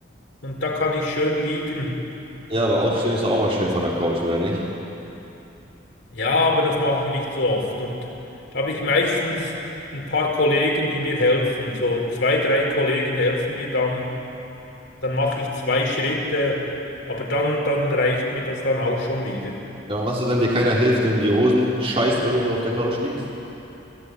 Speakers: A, on the left; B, on the right.
A: Und da kann ich schön liegen.
B: Ja, aber aufstehen ist doch auch mal schön von der Couch, oder nicht?
A: Ja, aber das mache ich nicht so oft. Und da habe ich meistens ein paar Kollegen, die mir helfen. So zwei, drei Kollegen helfen mir dann. Dann mache ich zwei Schritte, aber dann, dann reicht mir das dann auch schon wieder.
B: Ja, und was ist, wenn dir keiner hilft und in die Hosen scheißt, während du auf der Couch liegst?